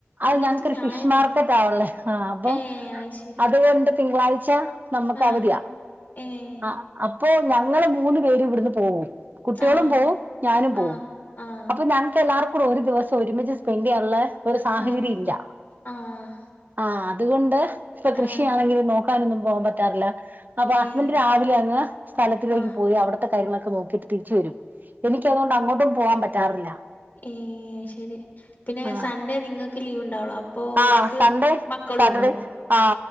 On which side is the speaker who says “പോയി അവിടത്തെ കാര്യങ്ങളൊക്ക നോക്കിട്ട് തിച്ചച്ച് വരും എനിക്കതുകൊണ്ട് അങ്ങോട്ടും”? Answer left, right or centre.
Right